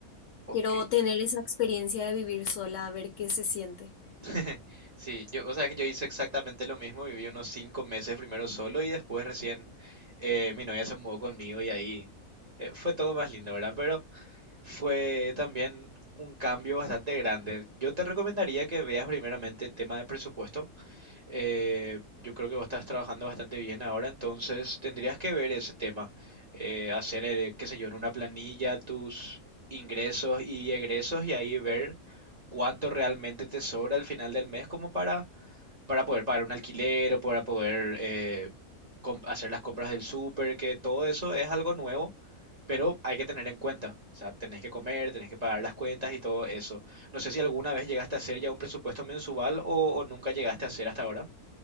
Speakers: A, on the right (about 30°); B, on the left (about 60°).
A: Ok.
B: Quiero tener esa experiencia de vivir sola, a ver qué se siente.
A: <laughs> Sí, yo, o sea que yo hice exactamente lo mismo, viví unos cinco meses primero solo y después recién eh, mi novia se mudó conmigo y ahí eh, fue todo más lindo, ¿verdad? Pero fue también un cambio bastante grande. Yo te recomendaría que veas primeramente tema de presupuesto, Eh, yo creo que vos estás trabajando bastante bien ahora, entonces tendrías que ver ese tema, eh, hacer, eh, qué sé yo, en una planilla tus ingresos y egresos y ahí ver cuánto realmente te sobra al final del mes como para, para poder pagar un alquiler o para poder eh, com- hacer las compras del súper, que todo eso es algo nuevo, pero hay que tener en cuenta, o sea, tenés que comer, tenés que pagar las cuentas y todo eso. No sé si alguna vez llegaste a hacer ya un presupuesto mensual o o nunca llegaste a hacer hasta ahora.